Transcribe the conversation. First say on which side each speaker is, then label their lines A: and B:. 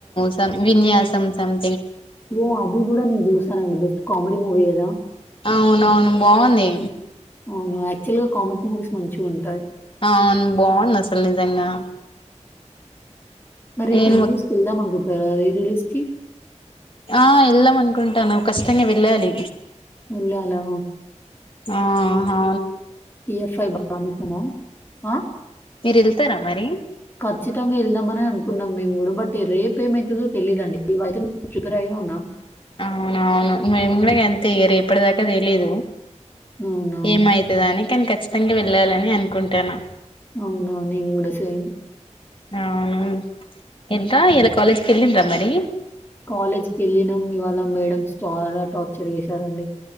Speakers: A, on the left; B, on the left.
A: సమ్ విన్యాసం సమ్
B: ఓ అది కూడా నేను చూసానండి బెస్ట్ కామెడీ మూవీ కదా!
A: అవునవును బాగుంది.
B: అవును యాక్చువల్ గా కామిక్ మూవీస్ మంచిగా ఉంటాయి.
A: అవును బాగుంది అసలు నిజంగా
B: మరేపు
A: నేను
B: రీ
A: మొ
B: మూవీస్ కి వెళ్దాం అనుకుంటారా రీ రిలీజ్ కి
A: ఆ ఎల్దమ్ అనుకుంటాను ఖచ్చితంగా వెళ్ళాలి.
B: వెళ్ళాలా
A: ఆ హా.
B: టి ఎఫ్ ఐ బాగుంటదా ఆ
A: మీరు వెళ్తారా మరి
B: ఖచ్చితంగా వెళ్దామని అనుకున్నాం. మేము కూడా బట్ రేప్ ఏమవుతదో తెలీదండి. చూకరైగా ఉన్నా
A: అవునవును మెమ్మే అంతే ఇగ రేపటి దాకా తెలీదు.
B: అవునా!
A: ఏమయితదాని కానీ ఖచ్చితంగా వెళ్ళాలని అనుకుంటానా.
B: అవునా నేన్ గూడ సేమ్
A: అవును ఎంత ఇయ్యాలా కాలేజ్కి వెళ్ళిండ్రా మరి
B: కాలేజ్ కి వెళ్ళినాం ఇవాళ మేడమ్స్ చాలా టార్చర్ చేసారండి.